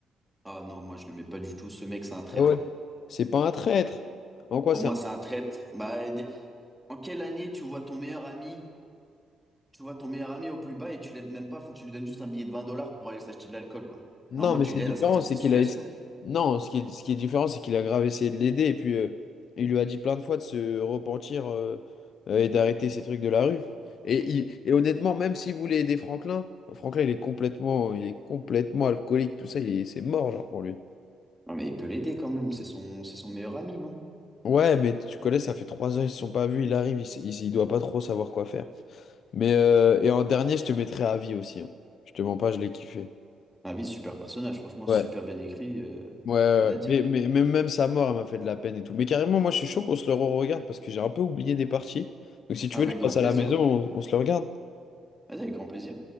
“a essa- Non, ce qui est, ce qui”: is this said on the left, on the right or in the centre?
Left